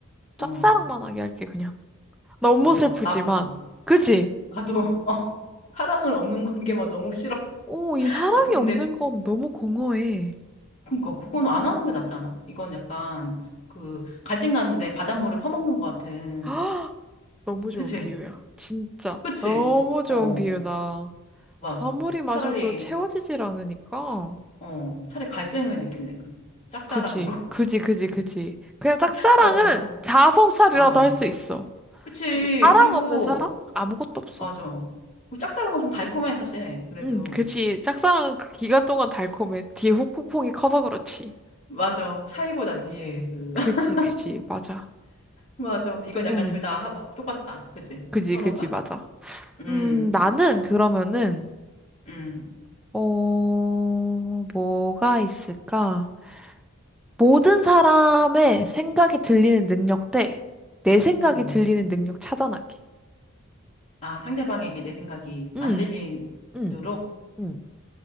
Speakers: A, in the centre; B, on the left (about 30°).
A: 짝사랑만
B: 어,
A: 하게 할게, 그냥. 너무
B: 어,
A: 슬프지만.
B: 나도,
A: 그지?
B: 나도, <laughs> 어, 사랑은 없는 관계만 너무 싫어.
A: 오, 이 사랑이
B: 아, 그, 근데,
A: 없는 건 너무 공허해.
B: 그니까, 그건 안 하는 게 낫지 않아? 이건 약간, 그, 갈증 나는데 바닷물에 퍼먹는 것 같은.
A: <gasps> 아, 너무 좋은
B: 그치?
A: 비유야. 진짜.
B: 그치?
A: 너무 좋은
B: 어,
A: 비유다.
B: 맞아.
A: 아무리 마셔도
B: 차라리,
A: 채워지질 않으니까.
B: 어, 차라리 갈증을 느낄래, 그냥. 짝사랑으로.
A: 그지, 그지, 그지, 그지. 그냥 짝사랑은
B: 어,
A: 자아성찰이라도
B: 어.
A: 할 수 있어.
B: 그치.
A: 근데 사랑
B: 그리고,
A: 없는 사랑? 아무것도 없어.
B: 맞아. 우리 짝사랑은 좀 달콤해, 사실. 그래도.
A: 응, 그지. 짝사랑은 그 기간 동안 달콤해. 뒤에 후폭풍이 커서 그렇지.
B: 맞아. 차이고 난 뒤에 그.
A: 그지,
B: <laughs>
A: 그지, 맞아.
B: 맞아. 이건 약간
A: 음,
B: 둘 다 똑같다. 그치?
A: 그지,
B: 선호가.
A: 그지, 맞아.
B: 음,
A: 음, 나는 그러면은,
B: 음,
A: 어, 뭐가 있을까? 모든 사람의 생각이 들리는 능력 대 내 생각이
B: 음.
A: 들리는 능력 차단하기.
B: 아, 상대방에게 내 생각이
A: 음,
B: 안 들리도록?
A: 음, 음.